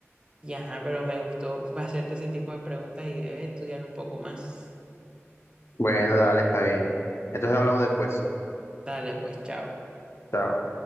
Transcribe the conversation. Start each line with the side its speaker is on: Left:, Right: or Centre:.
Right: y ajá, pero me gustó <laughs> hacerte ese tipo de preguntas y debes estudiar un poco más.
Left: Bueno, dale, está bien. Entonces hablamos después.
Right: Dale, pues, chao.
Left: Chao.